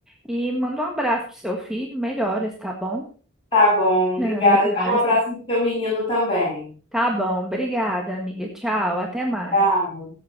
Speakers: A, in the centre; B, on the left.
A: E manda um abraço pro seu filho. Melhoras, tá bom?
B: tá bom. Obrigada.
A: <laughs> Ah, Melhoras.
B: Dá um abraço no seu menino também.
A: Tá bom. Obrigada, amiga. Tchau. Até mais.
B: Tchau.